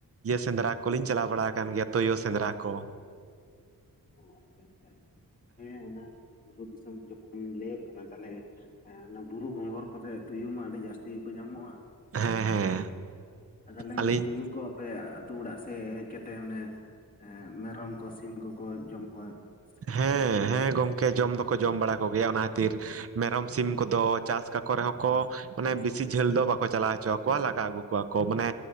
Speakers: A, on the right; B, on the left.
A: ᱥᱮᱸᱫᱽᱨᱟ ᱠᱚᱞᱤᱧ ᱪᱟᱞᱟᱣ ᱵᱟᱲᱟ ᱟᱠᱟᱱ ᱜᱮᱭᱟ ᱛᱩᱭᱩ ᱥᱮᱸᱫᱽᱨᱟ ᱠᱚ
B: ᱚ ᱟᱪᱪᱷᱟ ᱟᱪᱪᱷᱟ ᱟᱪᱪᱷᱟ ᱦᱮᱸ ᱚᱱᱟ ᱵᱩᱨᱩ ᱫᱤᱥᱚᱢ ᱡᱚᱠᱷᱚᱱ ᱞᱟᱹᱭᱚᱜ ᱠᱟᱱᱟ ᱛᱟᱦᱚᱞᱮ ᱦᱮᱸ ᱚᱱᱟ ᱵᱩᱨᱩ ᱜᱷᱚᱝᱜᱚᱨ ᱠᱚᱨᱮ ᱛᱩᱭᱩ ᱢᱟ ᱟᱹᱰᱤ ᱡᱟᱹᱥᱛᱤ ᱜᱤᱠᱚ ᱧᱟᱢᱚᱜᱼᱟ
A: ᱦᱮᱸ ᱦᱮᱸ
B: ᱛᱟᱦᱚᱞᱮ
A: ᱟᱹᱞᱤᱧ
B: ᱩᱱᱠᱩ ᱛᱩᱭᱩᱜ ᱠᱚᱯᱮ ᱚᱲᱟᱜ ᱥᱮᱡ ᱦᱮᱡ ᱠᱟᱛᱮ ᱚᱱᱮ ᱢᱮᱨᱚᱢ ᱠᱚ ᱥᱤᱢ ᱠᱚ ᱡᱚᱢ ᱦᱭ <inaudible>
A: ᱦᱮᱸ ᱦᱮᱸ ᱜᱚᱢᱠᱮ ᱡᱚᱢ ᱫᱚᱠᱚ ᱡᱚᱢ ᱵᱟᱲᱟ ᱠᱚᱜᱮᱭᱟ ᱚᱱᱟ ᱠᱷᱟᱹᱛᱤᱨ ᱢᱮᱨᱚᱢ ᱥᱤᱢ ᱠᱚᱫᱚ ᱪᱟᱥ ᱠᱟᱠᱚ ᱨᱮᱦᱚᱸ ᱠᱚ ᱢᱟᱱᱮ ᱵᱮᱥᱤ ᱡᱷᱟᱹᱞ ᱫᱚ ᱵᱟᱠᱚ ᱪᱟᱞᱟᱣ ᱦᱚᱪᱚ ᱟᱠᱚᱣᱟ ᱞᱟᱜᱟᱣ ᱟᱹᱜᱩ ᱠᱚᱣᱟ ᱠᱚ ᱢᱟᱱᱮ